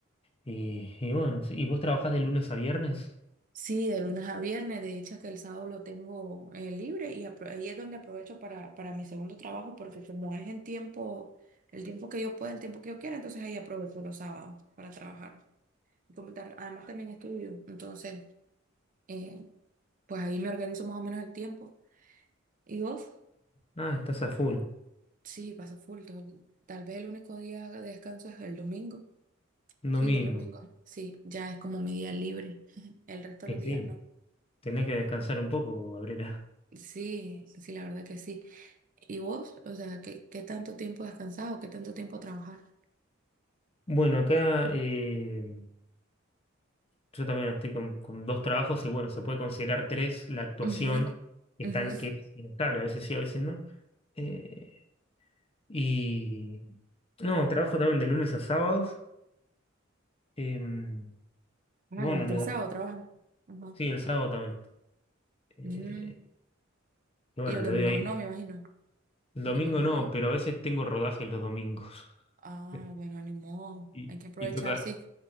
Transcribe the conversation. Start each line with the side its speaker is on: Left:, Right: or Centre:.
Left: y, y bueno, sí, ¿y vos trabajás de lunes a viernes?
Right: Sí, de lunes a viernes, de dicha que el sábado lo tengo eh, libre y apro- ahí es donde aprovecho para, para mi segundo trabajo porque como es en tiempo, el tiempo que yo pueda, el tiempo que yo quiera, entonces ahí aprovecho los sábados para trabajar. Y como tar- además también estudio, entonces eh, pues ahí me organizo más o menos el tiempo. Y vos,
Left: Ah, estás a full,
Right: sí, paso full, todo el- tal vez el único día de descanso es el domingo.
Left: domingo.
Right: Sí, los domingos, sí, ya es como mi día libre, <laughs> el resto
Left: Y
Right: de los días
Left: sí,
Right: no.
Left: tenés que descansar un poco, Gabriela.
Right: Sí, sí, la verdad que sí. ¿Y vos? O sea, ¿qué, qué tanto tiempo has descansado? ¿Qué tanto tiempo trabajas?
Left: Bueno, acá eh, yo también estoy con, con dos trabajos y bueno, se puede considerar tres la actuación,
Right: Ujú,
Left: que están,
Right: ujú.
Left: que es inestable, a veces sí, a veces no. Eh, Y no, trabajo también de lunes a sábados. em,
Right: Ah,
Left: y bueno,
Right: hasta
Left: los
Right: el
Left: domingos-
Right: sábado trabajas. Ajá.
Left: sí, el sábado también. Eh,
Right: Mm,
Left: y bueno,
Right: Y los
Left: le
Right: domingos
Left: doy ahí.
Right: no, me imagino.
Left: El
Right: Los
Left: domingo
Right: domingos
Left: no,
Right: no.
Left: pero a veces tengo rodajes los domingos.
Right: Ah,
Left: <laughs>
Right: bueno, ni modo.
Left: Y,
Right: Hay que aprovechar,
Left: y toca,
Right: sí.